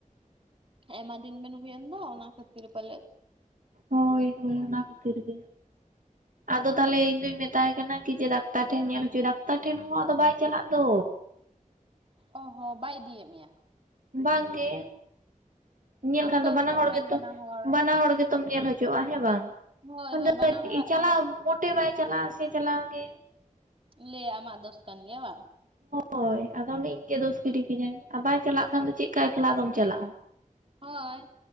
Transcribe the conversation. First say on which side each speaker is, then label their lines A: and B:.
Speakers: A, on the right (about 40°); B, on the right (about 75°).
A: ᱟᱭᱢᱟ ᱫᱤᱱ ᱵᱮᱱ ᱦᱩᱭᱮᱱ ᱫᱚ ᱚᱱᱟ ᱠᱷᱟᱹᱛᱤᱨ ᱯᱟᱞᱮᱫ᱾
B: ᱦᱳᱭ, ᱦᱳᱭ ᱚᱱᱟ ᱠᱷᱟᱹᱛᱤᱨ ᱜᱮ ᱟᱫᱚ ᱛᱟᱞᱦᱮ ᱤᱧ ᱫᱚᱧ ᱢᱮ ᱢᱮᱛᱟᱭ ᱠᱟᱱᱟ ᱤᱧ ᱡᱮ ᱰᱟᱠᱛᱟᱨ ᱴᱷᱮᱱ ᱧᱮᱞ ᱦᱚᱪᱚᱭ ᱰᱟᱠᱛᱟᱨ ᱴᱷᱮᱱ ᱦᱚᱸ ᱟᱫᱚ ᱵᱟᱭ ᱪᱟᱞᱟᱜ ᱫᱚ᱾
A: ᱚ ᱦᱚᱸ ᱵᱟᱭ ᱤᱫᱤᱭᱮᱜ ᱢᱮᱭᱟ᱾
B: ᱵᱟᱝ ᱜᱮ ᱧᱮᱞᱠᱷᱟᱱ
A: ᱯᱷᱳᱴᱳ
B: ᱫᱚ
A: ᱦᱚᱪᱚᱜ
B: ᱵᱟᱱᱟ ᱦᱚᱲ
A: ᱵᱮᱱ
B: ᱜᱮᱛᱚ
A: ᱵᱟᱱᱟ ᱦᱚᱲ
B: ᱵᱟᱱᱟ ᱦᱚᱲ ᱜᱮ ᱛᱚᱢ ᱧᱮᱞ ᱦᱚᱪᱚᱜ-ᱟ ᱦᱮᱸ ᱵᱟᱝ
A: ᱦᱳᱭ
B: ᱟᱫᱚ
A: ᱦᱳᱭ ᱵᱟᱱᱟ ᱦᱚᱲᱟᱜ
B: ᱪᱟᱞᱟᱣ
A: ᱱᱚᱣᱟ ᱫᱚ ᱠᱟᱱᱟ
B: ᱢᱚᱴᱮ ᱵᱟᱭ ᱪᱟᱞᱟᱜ-ᱟ ᱥᱮ ᱪᱟᱞᱟᱣ ᱜᱮ᱾
A: ᱞᱟᱹᱭ-ᱟ ᱟᱢᱟᱜ ᱫᱳᱥ ᱠᱟᱱ ᱜᱮᱭᱟ ᱦᱮᱸ ᱵᱟᱝ᱾
B: ᱦᱳᱭ ᱟᱫᱚ ᱚᱱᱮ ᱤᱧ ᱜᱮ ᱫᱳᱥ ᱜᱤᱰᱤ ᱠᱤᱧᱟᱭ ᱟᱨ ᱵᱟᱭ ᱪᱟᱞᱟᱜ ᱠᱷᱟᱱ ᱫᱚ ᱪᱮᱫ ᱞᱮᱠᱟ ᱮᱠᱞᱟ ᱟᱫᱚᱢ ᱪᱟᱞᱟᱜ-ᱟ᱾
A: ᱦᱳᱭ